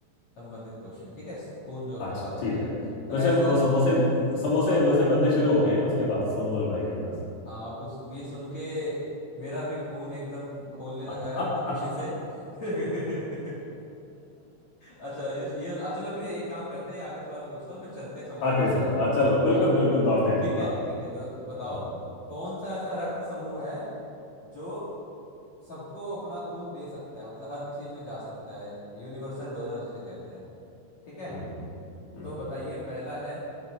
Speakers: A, on the left; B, on the left.
A: संबंधित क्वेश्चन ठीक है खून जो हमारा
B: अच्छा
A: होता
B: ठीक
A: है
B: है
A: तो
B: वैसे
A: ऐसा
B: वो समोसे समोसे वैसे बनने शुरू हो गए हैं उसके पास सोनू हलवाई के पास
A: हाँ अब उस ये सुन के मेरा भी खून एकदम खोलने लगा
B: <laughs>
A: है मतलब खुशी से <laughs> अच्छा ये ये आ, चलो फिर एक काम करते हैं ये आखिरी सवाल पूछता हूँ फिर चलते हैं समोसे
B: आखिरी
A: खाने
B: सवाल हाँ चलो बिल्कुल
A: हाँ
B: बिल्कुल दौड़ते हैं
A: ठीक है
B: हाँ
A: ठीक है तो
B: हम्म
A: बताओ कौन सा ऐसा रक्त समूह है जो सबको अपना खून दे सकता है मतलब हर किसी में जा सकता है यूनिवर्सल डोनर जिसे कहते हैं ठीक है
B: हम्म हम्म
A: तो बताइए पहला है